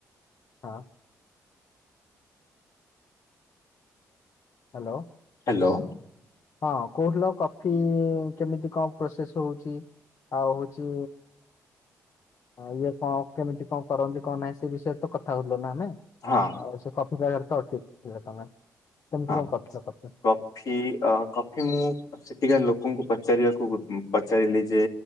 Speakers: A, on the left; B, on the left.
A: ହଁ। ହ୍ୟାଲୋ।
B: ହ୍ୟାଲୋ।
A: ହଁ କୋହୁଥିଲ କଫି କେମିତି କଣ ପ୍ରୋସେସ ହଉଛି। ଆଉ ହଉଛି ହଁ ଇଏ କଣ କେମିତି କଣ କରନ୍ତି କଣ ନାହିଁ ସେ ବିଷୟରେ ତ କଥା ହୋଉଥିଲ ନା।
B: ହଁ
A: ଆଉ ସେ କଫି ବାର ତ ଠିକ୍ ତମେ କେମିତି
B: ହଁ
A: କଣ କରିଥିଲ କଫି?
B: କଫି କଫି ମୁଁ ସେଠିକା ଲୋକଙ୍କୁ ପଚାରିବାକୁ ପଚାରିଲି ଯେ